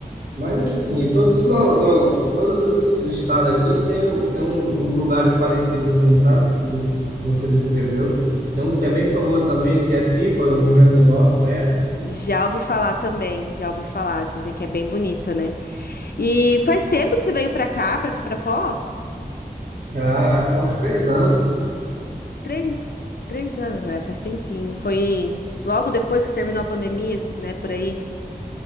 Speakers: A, on the right (about 80°); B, on the left (about 75°).
A: Mas assim, em todos os, lo- lo- todos os estados aqui tem, tem uns, uns lugares parecidos assim, sabe? Que des- que você descreveu. Tem um que é bem famoso também, que é Pipa, no Rio Grande do Norte, conhece?
B: Já ouvi falar também, já ouvi falar. Dizem que é bem bonito, né? E faz tempo que você veio pra cá, pra aqui pra Foz?
A: Já faz uns três anos.
B: Três, três anos, né? Faz tempinho. Foi logo depois que terminou a pandemia, né? Por aí.